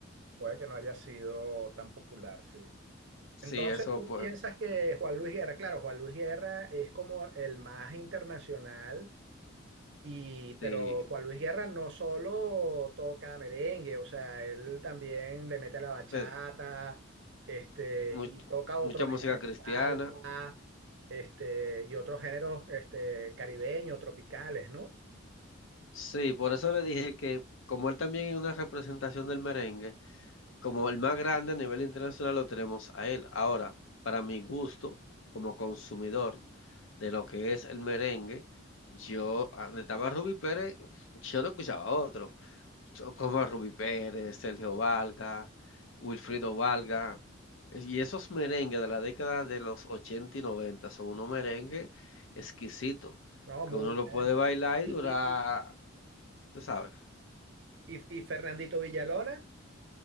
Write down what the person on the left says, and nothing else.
Sí,
eso
pues,
sí.
de-
mu-
mucha
música cristiana.
Sí, por eso le dije que como él también es una representación del merengue, como el más grande a nivel internacional lo tenemos a él. Ahora, para mi gusto, como consumidor de lo que es el merengue, yo, ah, donde estaba Ruby Pérez, yo no escuchaba a otro. so- como Ruby Pérez, Sergio Valga, Wilfrido Valga. es- Y esos merengues de la década de los 80 y 90 son unos merengues exquisitos,
que uno
lo puede bailar
y durar,
tú sabes.